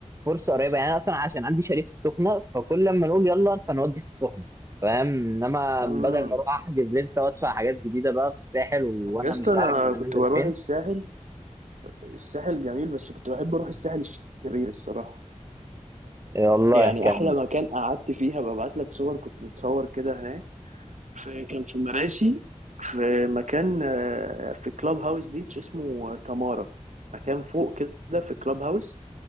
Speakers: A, on the right; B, on the right.
A: فرصه قريبه يعني انا اصلا عشان عندي شاليه في السخنه فكل لما نقول يلا فنودي في السخنه فاهم انما
B: مم.
A: بدل ما اروح احجز لسه وادفع حاجات جديده بقى في الساحل وانا
B: يا اسطى
A: مش
B: انا
A: عارف انا
B: كنت
A: نازل
B: بروح
A: فين
B: الساحل الساحل جميل بس كنت بحب اروح الساحل الشرير الصراحة
A: إيه والله
B: يعني
A: كان
B: احلى مكان قعدت فيها ببعت لك صور كنت متصور كده هناك في كان في مراسي في مكان آه، في كلاب هاوس بيتش اسمه تمارا مكان فوق كده في كلاب هاوس